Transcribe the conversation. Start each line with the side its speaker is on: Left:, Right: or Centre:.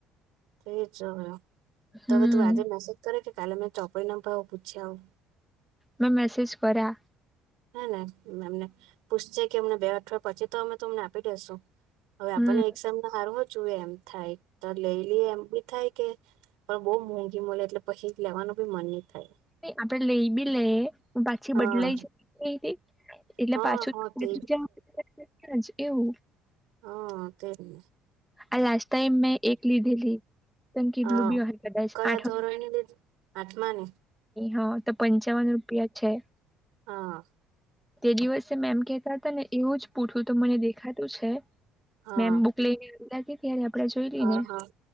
Right: તે જ હ્યો તો
Centre: હમ.
Right: હવે તું આજે મેસેજ કરે કે કાલે મે ચોપડી ન ભાવ પૂછી આવ
Centre: મે મેસેજ પરા
Right: હે ને મેમને પુછજે કે અમને બે અઠવાડિયા પછી તો અમે તમને આપી દેસું હવે
Centre: હમ
Right: આપણને એ જેમને હારવો જોએ એમ થાય, તો લઈ લે એમ બી થાય કે પણ બો મોંઘી મલે એટલે પહી લેવાનું બી મન નહી થાય
Centre: આપડે લેય બી લેયે પાછી
Right: હા
Centre: બદલાય <unintelligible> એટલે
Right: હા
Centre: પાછું
Right: હા
Centre: <unintelligible>
Right: તે
Centre: એવું
Right: હ તેજને
Centre: આ લાસ્ટ ટાઈમ મેં એક લીધેલી તને કીધલું
Right: હા
Centre: બી અહે કદાચ
Right: કયા
Centre: આઠ
Right: ધોરણને લીધું આઠમાને
Centre: હા તો પંચાવન રૂપિયા છે.
Right: હા
Centre: તે દિવસે મેમ કેતા હતા ને એવું જ પૂઠું તો મને દેખાતું છે,
Right: હા
Centre: મેમ બુ પ્લે લાગી ત્યારે આપડે જોઈલીને
Right: હા હા